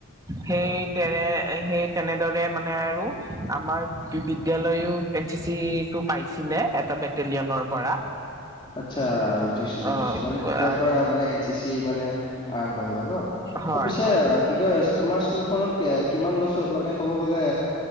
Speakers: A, on the right; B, on the left.
A: সেই তেনে সেই তেনেদৰে মানে আৰু আমাৰ বিদ্যালয়ো এন চি চিটো পাইছিলে এটা বেটেলিয়ানৰ পৰা।
B: আচ্ছা বুজিছোঁ-বুজিছোঁ
A: অ
B: মানে তেতিয়াৰ
A: আৰু
B: পৰা মানে এন চি চি মানে আৰম্ভ হৈ গ'ল ন'?
A: হয়।
B: তে
A: হয়
B: কি কয় তোমাৰ স্কুলখনত কিমান বছৰ মানে ক'ব গ'লে